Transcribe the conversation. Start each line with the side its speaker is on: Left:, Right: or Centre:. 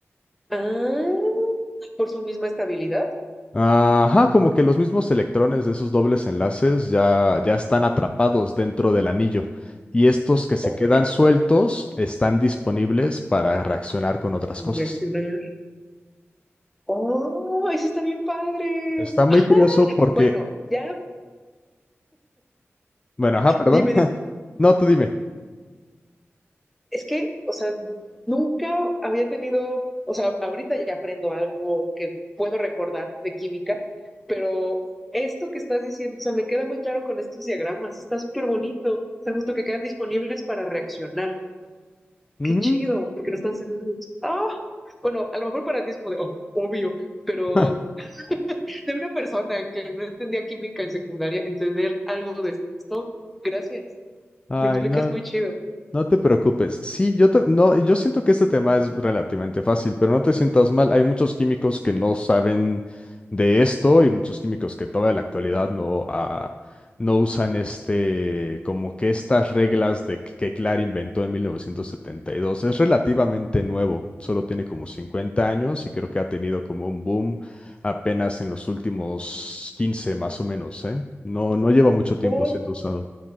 Centre: Ah, por su misma estabilidad.
Left: Ajá, como que los mismos electrones de esos dobles enlaces ya, ya están atrapados dentro del anillo y estos que se
Centre: Ok.
Left: quedan sueltos están disponibles para reaccionar con otras cosas.
Centre: Reaccionar. Oh, eso está bien padre.
Left: Está muy
Centre: <laughs>
Left: curioso porque,
Centre: Bueno, ya,
Left: bueno, ajá, perdón.
Centre: dime,
Left: <laughs>
Centre: dime.
Left: No, tú dime.
Centre: Es que, o sea, nunca había tenido, o sea, ahorita ya aprendo algo que puedo recordar de química, pero esto que estás diciendo, o sea, me queda muy claro con estos diagramas, está súper bonito, o sea, justo que quedan disponibles para reaccionar.
Left: Ujú.
Centre: Qué chido, porque no están cerrados. Ah, bueno, a lo mejor para ti es como de oh, obvio, pero
Left: <laughs>
Centre: de una persona que no entendía química en secundaria, entender algo de esto, gracias.
Left: Ay,
Centre: Lo explicas
Left: no,
Centre: muy chido.
Left: No te preocupes. Sí, yo ta- no, yo siento que este tema es relativamente fácil, pero no te sientas mal. Hay muchos químicos que no saben de esto y muchos químicos que todavía en la actualidad no, ah, no usan este, como que estas reglas de que, que Clark inventó en 1972. Es relativamente nuevo, solo tiene como cincuenta años y creo que ha tenido como un boom apenas en los últimos 15 más o menos, ¿eh? No, no lleva mucho tiempo
Centre: Por
Left: siendo usado.